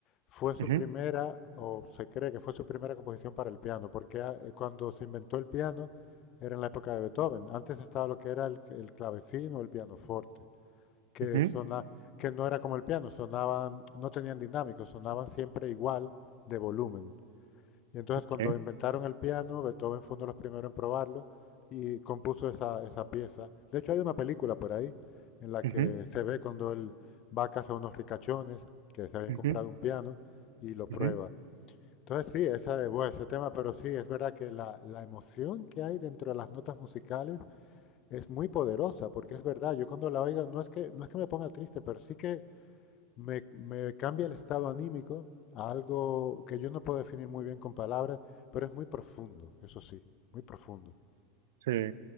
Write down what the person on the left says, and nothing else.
fue su
primera, o se cree que fue su primera composición para el piano, porque ah, eh, cuando se inventó el piano era en la época de Beethoven. Antes estaba lo que era el, el clavecino o el pianoforte, que
sona- que no era como el piano, sonaban, no tenían dinámico, sonaban siempre igual de volumen. Y entonces
cuando inventaron el piano, Beethoven fue uno de los primeros en probarlo y compuso esa, esa pieza. De hecho, hay una película por ahí en la que
se ve cuando él va a casa a unos ricachones que se habían
comprado un piano y lo prueba.
Entonces sí, esa, bueno, ese tema, pero sí, es verdad que la, la emoción que hay dentro de las notas musicales es muy poderosa, porque es verdad, yo cuando la oigo no es que, no es que me ponga triste, pero sí que me, me cambia el estado anímico a algo que yo no puedo definir muy bien con palabras, pero es muy profundo, eso sí, muy profundo.